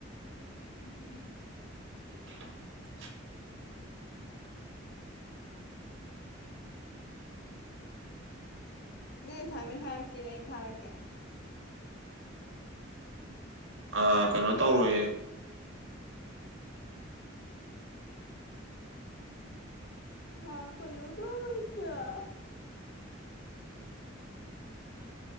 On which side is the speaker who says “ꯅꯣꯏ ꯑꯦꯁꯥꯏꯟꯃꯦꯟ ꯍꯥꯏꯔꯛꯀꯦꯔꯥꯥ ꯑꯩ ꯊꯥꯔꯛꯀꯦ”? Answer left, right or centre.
Left